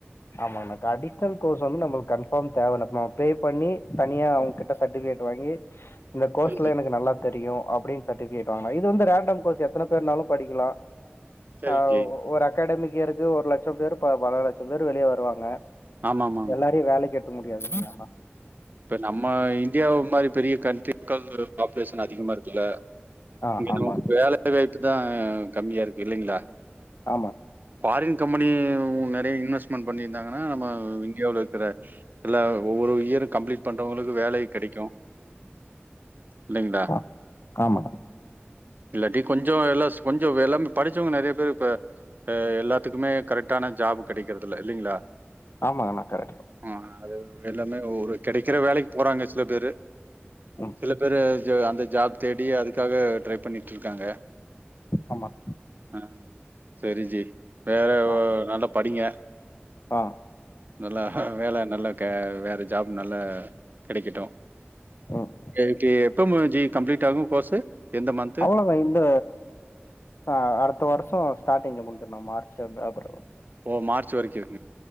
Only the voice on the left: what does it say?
ஆமாங்ண்ணா க அடிஷ்னல் கோர்ஸ் வந்து நம்மள்க் கன்ஃபாம் தேவ நம்ம பே பண்ணி தனியா அவுங்கிட்ட சட்டிஃபிகேட்டு வாங்கி இந்த கோர்ஸ்ல
எனக்கு நல்லா தெரியு அப்டின் சட்டிஃபிகேட் வாங்கணு இது வந்து ரேண்டம் கோர்ஸ் எத்தன பேர்னாலு படிக்கலா
அ
ஒரு அகாடமிக் இயருக்கு ஒரு லட்சம் பேரு ப பல லட்சம் பேரு வெளிய வருவாங்க
எல்லாரயு வேலைக்கு எட்த்துக்க முடியாதில்லயாண்ணா
ஆ
ஆமாங்க
ஆமா
ஆ ஆமாங்க
ஆமாங்கண்ணா கரெட்டு தா
ம்
ஆமாங்
ஆ
ஆ
ம்
அவளோதா இந்த ச அடுத்த வருஷோ ஸ்டாட்டிங்ல முடிஞ்சுருண்ணா மார்ச்சு ப் ஏப்பரல்